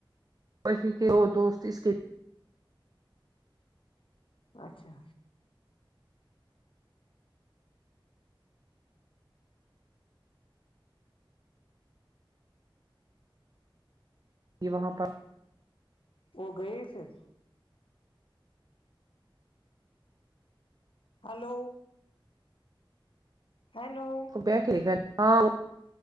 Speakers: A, on the right; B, on the left.
A: بفی کے اور دوست اس کے
B: اچھا
A: ج وہاں پر
B: وہ گئے پھر ہیلو ہیلو
A: بیٹھے گھر ہاں وہ